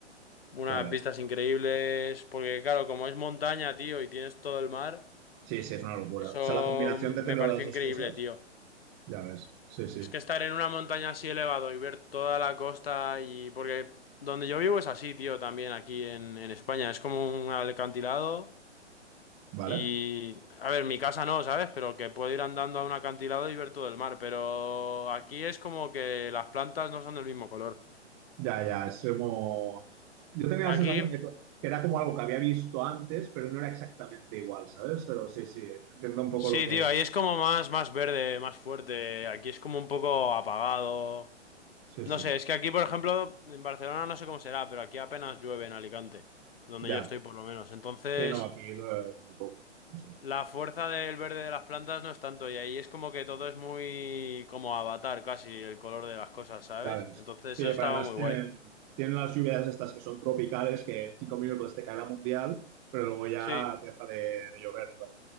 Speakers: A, on the left; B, on the right.
A: Unas
B: Ya ves.
A: vistas increíbles, porque claro, como es montaña, tío, y tienes todo el mar,
B: Sí, sí, es una locura.
A: eso
B: O sea, la combinación
A: me
B: de tener
A: pareció
B: las dos
A: increíble,
B: cosas,
A: tío.
B: ya ves. Sí, sí.
A: Es que estar en una montaña así elevado y ver toda la costa y... Porque donde yo vivo es así, tío, también aquí en, en España. Es como un alcantilado
B: Vale.
A: y... A ver, mi casa no, ¿sabes? Pero que puedo ir andando a un acantilado y ver todo el mar. Pero aquí es como que las plantas no son del mismo color.
B: Ya, ya, es como... Yo tenía
A: Aquí...
B: la sensación de que era como algo que había visto antes, pero no era exactamente igual, ¿sabes? Pero sí, sí, entiendo un poco
A: Sí,
B: lo que...
A: tío, ahí es como más, más verde, más fuerte. Aquí es como un poco apagado.
B: Sí,
A: No
B: sí,
A: sé, es que aquí, por ejemplo, en Barcelona no sé cómo será, pero aquí apenas llueve en Alicante, donde
B: ya.
A: yo estoy por lo menos. Entonces,
B: Sí, no, aquí dura muy poco. Sí, sí.
A: la fuerza del verde de las plantas no es tanto, y ahí es como que todo es muy como avatar casi el color de las cosas, ¿sabes?
B: Ya ves.
A: Entonces,
B: Sí,
A: eso
B: pero
A: estaba
B: además
A: muy
B: tienen,
A: guay.
B: tienen las lluvias estas que son tropicales, que en cinco minutos te cae la mundial, pero luego ya
A: Sí,
B: te deja de, de llover dura-